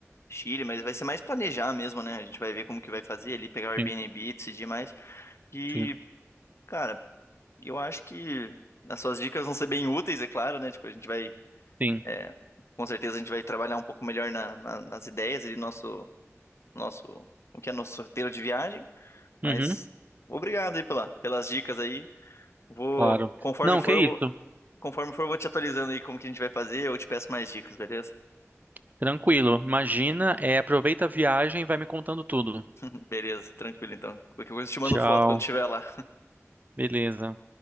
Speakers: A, on the left (about 60°); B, on the right (about 35°).
A: Chile, mas vai ser mais planejar mesmo, né? A gente vai ver como que vai fazer ali, pegar o Airbnb,
B: Sim,
A: decidir mais. E,
B: sim,
A: cara, eu acho que as suas dicas vão ser bem úteis, é claro, né? Tipo, a gente vai
B: sim.
A: É, com certeza a gente vai trabalhar um pouco melhor na- na- nas ideias ali, nosso, nosso, o que é nosso roteiro de viagem, mas
B: Uhum,
A: obrigado aí pela, pelas dicas aí. Vou,
B: claro.
A: conforme
B: Não,
A: for,
B: que isso.
A: eu vou, conforme for, eu vou te atualizando aí como que a gente vai fazer, eu te peço mais dicas, beleza?
B: Tranquilo. Imagina, é, aproveita a viagem e vai me contando tudo.
A: <laughs> Beleza, tranquilo então. Qualquer coisa eu te mando
B: Tchau.
A: foto quando estiver lá.
B: Beleza.